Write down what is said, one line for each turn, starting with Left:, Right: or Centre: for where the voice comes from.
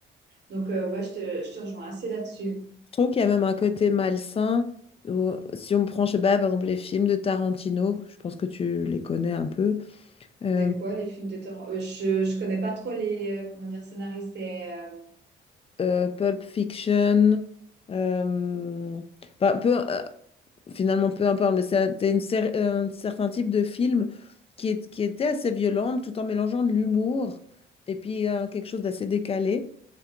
Right: donc euh, ouais je te, je te rejoins assez là-dessus
Left: Je trouve qu'il y a même un côté malsain. où- si on prend, je sais pas, par exemple, les films de Tarantino, je pense que tu les connais un peu. Euh,
Right: c'est quoi les films de terreur Euh, je je connais pas trop les euh, comment dire scénaristes et euh,
Left: euh, Pulp Fiction, euh, bah, peu, euh, finalement peu importe, mais c'était une cer- un certain type de film qui, est- qui était assez violent tout en mélangeant de l'humour et puis euh, quelque chose d'assez décalé.